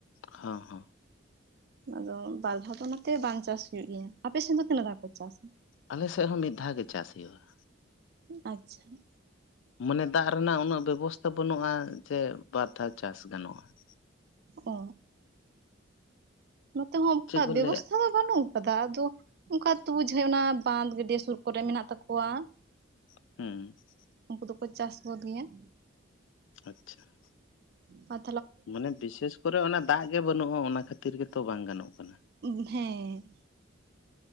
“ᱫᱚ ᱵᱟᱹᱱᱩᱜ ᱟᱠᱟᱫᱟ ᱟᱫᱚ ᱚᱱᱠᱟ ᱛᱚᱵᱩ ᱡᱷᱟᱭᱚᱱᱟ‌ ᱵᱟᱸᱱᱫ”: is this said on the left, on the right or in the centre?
Right